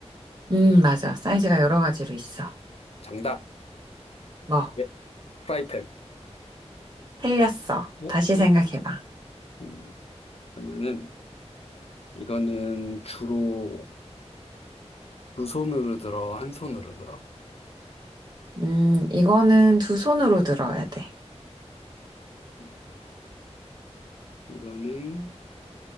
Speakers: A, on the right; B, on the left.
A: 음, 맞아. 사이즈가 여러 가지로 있어.
B: 정답.
A: 뭐,
B: 네. 프라이팬.
A: 틀렸어.
B: 어?
A: 다시
B: 틀렸어?
A: 생각해봐.
B: 음, 그러면은 이거는 주로 두 손으로 들어, 한 손으로 들어.
A: 음, 이거는 두 손으로 들어야 돼.
B: 음, 이거는